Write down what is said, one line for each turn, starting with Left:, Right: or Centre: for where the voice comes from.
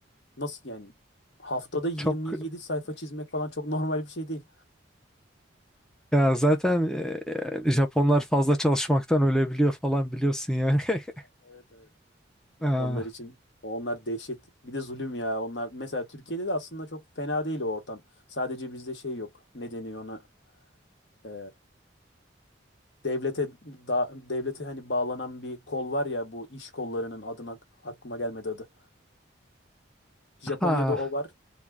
Left: Nasıl yani haftada 27
Centre: Çok
Left: sayfa çizmek falan çok normal bir şey değil.
Centre: ya zaten e, Japonlar fazla çalışmaktan ölebiliyor falan biliyorsun yani. <laughs>
Left: Evet evet.
Centre: Ha,
Left: Onlar için onlar dehşet. Bir de zulüm ya. Onlar mesela Türkiye'de de aslında çok fena değil o ortam. Sadece bizde şey yok. Ne deniyor ona? Ee, devlete da, devlete hani bağlanan bir kol var ya bu iş kollarının adına aklıma gelmedi adı. Japonya'da
Centre: ha.
Left: o var.